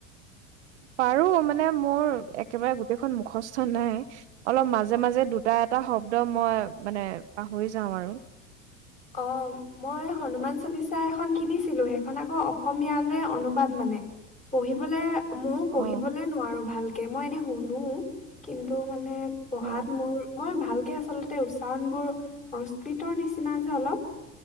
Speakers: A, on the right; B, on the left.
A: পাৰো মানে মোৰ একেবাৰে গোটেইখন মুখস্থন নাই অলপ মাজে মাজে দুটা এটা শব্দ মই মানে পাহৰি যাওঁ আৰু।
B: অ' মই হনুমান চলিচা এখন কিনিছিলো সেইখন আকৌ অসমীয়ৈ অনুবাদ মানে পঢ়িবলৈ। ময়ও
A: অ',
B: পঢ়িবলে নোৱাৰো ভাল তাকে মই এনেই শুনো কিন্তু মানে পঢ়াত
A: অ'।
B: মোৰ মই ভালকে আ আচলতে উচ্চাৰণবোৰ সংস্কৃতৰ নিচিনা। অলপ।